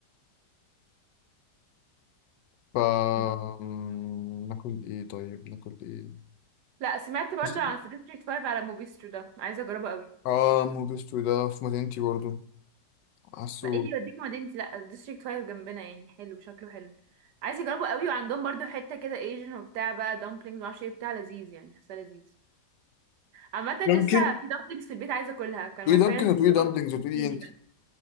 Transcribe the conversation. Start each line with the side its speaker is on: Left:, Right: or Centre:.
Left: ف
Right: م.
Left: مم، ناكل ايه طيب ناكل ايه
Right: لا سمعت برضو
Left: بس
Right: عن في ديستريكت 5 على موبيسترو ده عايزه اجربه قوي
Left: اه موبيستو ده في مدينتي برضو حاسه
Right: لا ايه اللي يوديك مدينتي لا ديستريكت 5 جنبنا يعني حلو شكله حلو عايزه اجربه قوي وعندهم برضو حته كده ايجن وبتاع بقى دامبلينجز معرفش ايه بتاع لذيذ يعني حاسه لذيذ عامه
Left: ممكن
Right: لسه في دامبلينجز في البيت عايزه اكلها كان
Left: تقولي
Right: ماي
Left: دانكن
Right: بيرنتس
Left: وتقولي
Right: اللي
Left: دامبلينجز
Right: هو في
Left: وتقولي
Right: سيني
Left: ايه انت
Right: ده